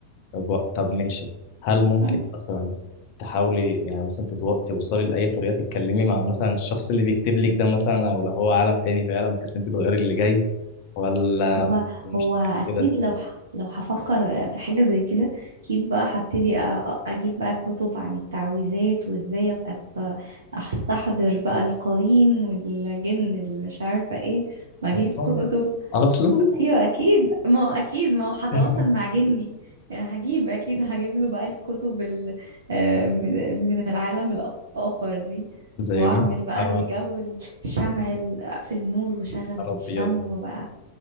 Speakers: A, on the left (about 45°); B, on the right (about 65°).
A: طب, طب ماشي هل ممكن
B: أم،
A: مثلا تحاولي يعني مثلا تتو- توصلي لأي طريقة تتكلمي مع مثلا الشخص اللي بيكتب لك ده مثلا أو لو هو عالم تاني فعلا بحيث انت تغيري اللي جاي ولا
B: هو
A: مثلا
B: هو
A: مش
B: اكيد
A: هتحبي كده
B: لو ح- لو هفكر في حاجه زي كده اكيد بقى هبتدي أ- أ- اجيب بقى كتب عن التعويذات وازاي ابقى أت- استحضر بقى القرين والجن اللي مش عارفه ايه واجيب
A: أصلا
B: كتب
A: أصلا
B: ايوه اكيد ما هو اكيد ما هو هتواصل
A: <laughs>
B: مع جني يعني هجيب اكيد هجيب له بقى الكتب ال- آه، من من العالم الاخر دي
A: زي
B: واعمل
A: ما
B: بقى
A: أنا
B: الجو الشمع ال- في النور وشغل
A: أبيض
B: الشمع وبقى